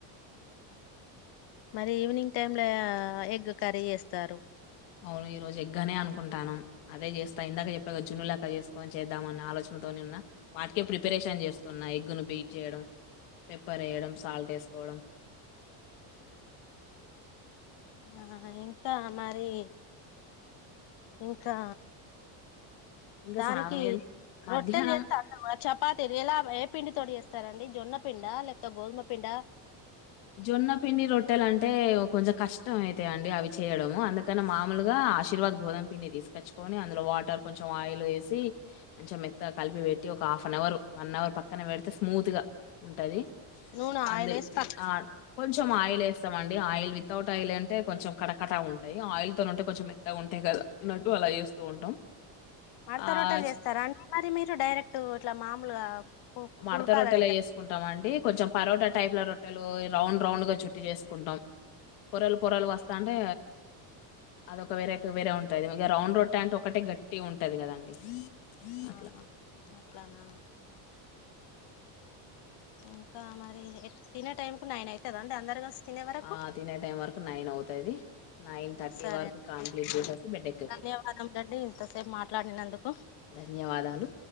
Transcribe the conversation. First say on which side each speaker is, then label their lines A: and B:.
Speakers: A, on the left (about 55°); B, on the left (about 85°).
A: మరి ఈవినింగ్ టైమ్ లో ఆ ఎగ్ కర్రీ చేస్తారు
B: అవును ఈ రోజు ఎగ్గనే అనుకుంటున్నాం అదే చేస్త త ఇందాక చెప్పా జున్నులక చేస్ కొంచం చేద్దామన్న ఆలోచ న తోటి ఉన్న ప్రిపరేషన్ చేస్తున్నా ఎగ్గును బీట్ చేయడం పెప్పర్ వేయడం సాల్ట్ ఎస్ కోవడం
A: ఆ ఇంకా మరి ఇంకా
B: ఇంకా
A: దానికి
B: సాయం మధ్యాహ్నం
A: రొట్టెలు చేస్తే అంత చపాతి ఎలా ఏ పిండి తోటి చేస్తారండి జొన్నపిండా లేకపోతే గోధుమ పిండా
B: జొన్న పిండి రొట్టెలు అంటే కొంచెం కష్టం అయితాయి అండి అవి చేయడము అందుకని మామూలుగా ఆశీర్వాద గోధుమ పిడి తీసుకొచ్చుకొని అందులో వాటర్ కొంచెం ఆయిల్ వేసి కొంచెం మెత్తగా కలిపి పెట్టి ఒక half an hour one hour పక్కన పెడితే స్మూత్గా ఉంటది
A: నూన
B: అందులో
A: ఆయిల్ వేసి ప
B: ఆ కొంచెం ఆయిల్ వేస్తాం అండి ఆయిల్ వితౌట్ ఆయిల్ అంటే కొంచెం కడకట ఉంటాయి ఆయిల్ త ఉంటే కొంచం మెత్తగా ఉంటాయి కదా అన్నట్టు అలా చేస్తూ ఉంటాం.
A: మడత
B: ఆహ్,
A: రొట్టెలు చేస్తారా అంటే మరి మీరు డైరెక్ట్ ఇట్లా మామూలుగా పు
B: మడత
A: పుల్కాల
B: రొట్టెలో
A: లెక్క
B: వేసుకుంటాం అండి కొంచెం పరోట్ ట టైపు లో రొట్టెలు రౌండ్ రౌండ్ గా చుట్టి చేసుకుంటాం పొరలు పొరాలు వస్తా అంటే అదొక వేరే వేరే ఉంటుంది ఇగ రౌండ్ రోట్టె అంటె ఒకటే గట్టిగుంటది కదండి అట్లా
A: ఆ అట్లానా ఇంకా మరి ఎ తినే టైం కు నైన్ అయితదండి అందరు కలిసి తినే వరకు
B: ఆ తినే టైం వరకు నైన్ అవుతది నైన్ థర్టీ
A: సరే
B: వరకు
A: అండి
B: కంప్లీట్ చేసేస్తే బెడ్డ ఎక్కిపోతాం
A: ధన్యవాదములండి ఇంతసేపు మాట్లాడినందుకు
B: ధన్యవాదాలు